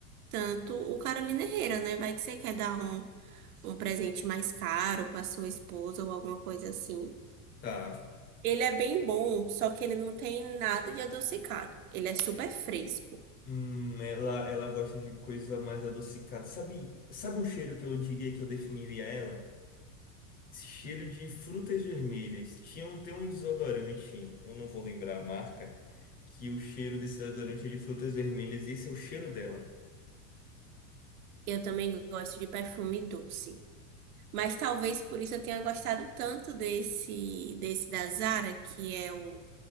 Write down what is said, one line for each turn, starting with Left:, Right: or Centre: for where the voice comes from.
Right: tanto o Carolina Herrera, né? Vai que você quer dar um, um presente mais caro para sua esposa ou alguma coisa assim.
Left: Tá.
Right: Ele é bem bom, só que ele não tem nada de adocicado. Ele é super fresco.
Left: Hum, ela, ela gosta de coisa mais adocicada. Sabe, sabe um cheiro que eu diria que eu definiria ela? Esse cheiro de frutas vermelhas. Tinha um, tem um desodorante, eu não vou lembrar a marca, que o cheiro desse desodorante é de frutas vermelhas e esse é o cheiro dela.
Right: Eu também gosto de perfume doce. Mas talvez por isso eu tenha gostado tanto desse, desse da Zara, que é o,